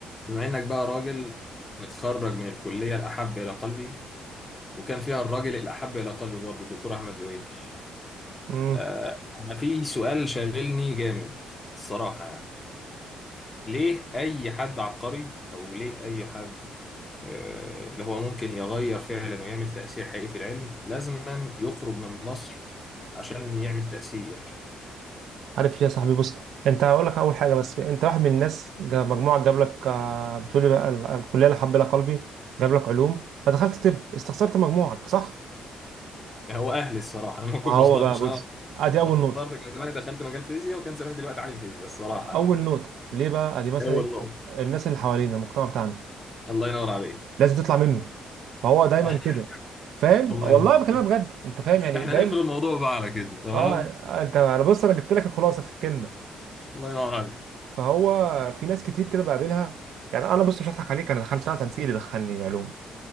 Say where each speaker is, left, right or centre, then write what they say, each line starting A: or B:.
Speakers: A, on the left; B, on the right.
A: بما انك بقى راجل متخرج من الكلية الأحب إلى قلبي وكان فيها الراجل الأحب إلى قلبي برضه الدكتور أحمد زويل
B: امم
A: آه أنا في سؤال شاغلني جامد الصراحة يعني ليه أي حد عبقري أو ليه أي حد آه اللي هو ممكن يغير فعلا ويعمل تأثير حقيقي في العلم لازما يخرج من مصر عشان يعمل تأثير
B: عارف ليه يا صاحبي بص انت هقول لك اول حاجه بس انت واحد من الناس جا- مجموعه جاب لك آه، بتقولي بقى ال- الكليه اللي حبلها قلبي جاب لك علوم فدخلت طب استخسرت مجموعك صح
A: هو أهلي الصراحة أنا ما كنت
B: ما هو
A: ما اخترتش
B: بقى بص
A: أنا
B: ادي اول
A: اخترت
B: نقطه
A: كان زماني دخلت مجال فيزياء وكان زماني دلوقتي عالم فيزياء الصراحة
B: اول
A: يعني.
B: نقطه ليه بقى ادي مثلا
A: هو
B: إيه؟
A: النقطة
B: الناس اللي حوالينا المجتمع بتاعنا
A: الله ينور عليك
B: لازم تطلع منه فهو دايما
A: <laughs>
B: كده فاهم
A: الله
B: والله
A: ينور
B: بكلمك
A: عليك
B: بجد انت فاهم يعني
A: احنا
B: دايما
A: هنقفل الموضوع بقى على كده تمام
B: اه انت انا بص انا جبت لك الخلاصه في كلمه
A: الله ينور عليك
B: فهو في ناس كتير كده بقابلها يعني انا بص مش هضحك عليك انا دخلتها تنسيق اللي دخلني علوم